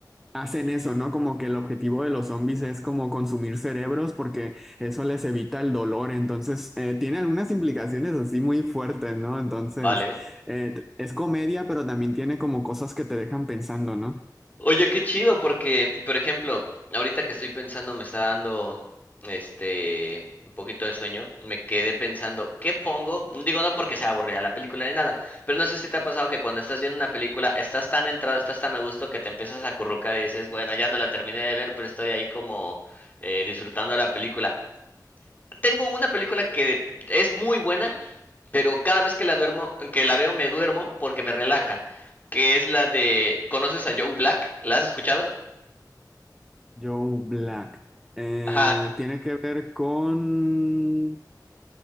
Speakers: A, in the centre; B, on the left (about 25°).
A: Hacen eso, ¿no? Como que el objetivo de los zombies es como consumir cerebros porque eso les evita el dolor. Entonces, eh, tiene algunas implicaciones así muy fuertes, ¿no? Entonces,
B: vale.
A: eh, t- es comedia, pero también tiene como cosas que te dejan pensando, ¿no?
B: Oye, qué chido, porque, por ejemplo, ahorita que estoy pensando, me está dando, este, un poquito de sueño, me quedé pensando, ¿qué pongo? Digo, no porque sea aburrida la película ni nada, pero no sé si te ha pasado que cuando estás viendo una película, estás tan entrado, estás tan a gusto que te empiezas a acurrucar y dices, bueno, ya no la terminé de ver, pero estoy ahí como eh, disfrutando la película. Tengo una película que es muy buena, Pero cada vez que la duermo, que la veo, me duermo porque me relaja. Que es la de. ¿Conoces a Joe Black? ¿La has escuchado?
A: Joe Black. Eh,
B: Ajá.
A: tiene que ver con